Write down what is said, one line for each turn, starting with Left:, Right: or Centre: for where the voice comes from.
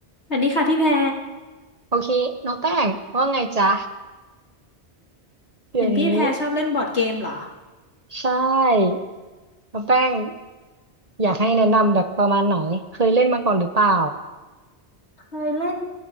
Left: สวัสดีค่ะพี่แพร
Right: โอเคน้องแป้งว่าไงจ๊ะเดี๋ยวนี้
Left: เห็นพี่แพรชอบเล่นบอร์ดเกมเหรอ
Right: ใช่น้องแป้งอยากให้แนะนำแบบประมาณไหนเคยเล่นมาก่อนหรือเปล่า
Left: เคยเล่น